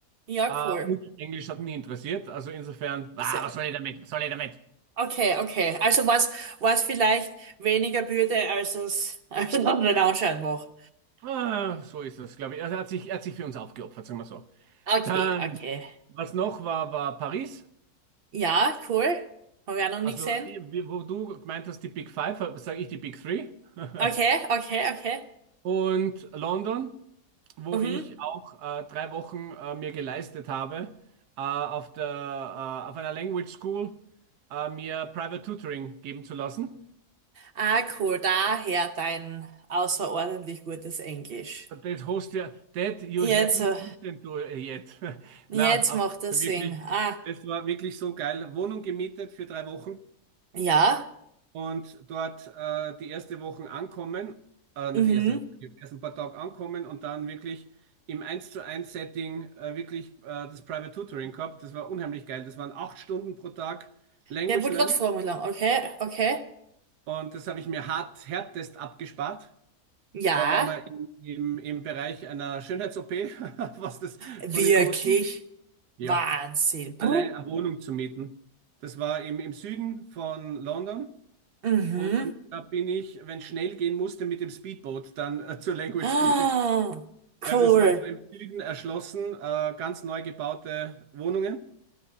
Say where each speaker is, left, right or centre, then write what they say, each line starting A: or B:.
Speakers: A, on the right; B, on the right.
A: ja,
B: Äh,
A: cool.
B: und Englisch hat mich nie interessiert. Also insofern,
A: Ist,
B: ah,
A: äh,
B: was soll ich damit? Was soll ich damit?
A: okay, okay. Also was, was vielleicht weniger Bürde, als es, <laughs> als es den Anschein macht.
B: Ah, so ist das, glaube ich. Also er hat sich, er hat sich für uns aufgeopfert, sagen wir so.
A: Okay,
B: Dann,
A: okay.
B: was noch war, war Paris.
A: Ja, cool. Haben wir auch noch nie
B: Also,
A: gesehen.
B: wie- wo du gemeint hast, die Big Five, sage ich die Big Three. <laughs>
A: Okay, okay, okay.
B: Und London, wo
A: Mhm.
B: ich auch äh, drei Wochen äh, mir geleistet habe, äh, auf der, äh, auf einer Language School äh, mir Private Tutoring geben zu lassen.
A: Ah, cool, daher dein außerordentlich gutes Englisch.
B: Das hast ja, that you
A: Jetzt,
B: haven't
A: äh,
B: eaten to yet. <laughs>
A: jetzt
B: Na, aber
A: macht das
B: wirklich,
A: Sinn. Ah,
B: es war wirklich so geil. Wohnung gemietet für drei Wochen
A: ja,
B: und dort äh, die erste Woche ankommen, äh, nicht
A: mhm.
B: die erste Woche, die ersten paar Tage ankommen und dann wirklich im eins zu eins Setting äh, wirklich äh, das Private Tutoring gehabt. Das war unheimlich geil. Das waren acht Stunden pro Tag Language
A: Ja, ich wollte
B: Learning
A: gerade fragen, wie lang. Okay, okay.
B: und das habe ich mir hart, härtest abgespart.
A: Ja,
B: Da waren wir im, im, im Bereich einer Schönheits-OP, <laughs> was das
A: wirklich
B: von den Kosten. Ja,
A: Wahnsinn. Puh.
B: allein eine Wohnung zu mieten. Das war im, im Süden von London.
A: Mhm.
B: Und
A: <gasps>
B: da bin ich, wenn es schnell gehen musste, mit dem Speedboot dann äh, zur Language
A: Ah,
B: School gefahren.
A: cool.
B: Weil das waren so im Süden erschlossen, äh, ganz neu gebaute Wohnungen.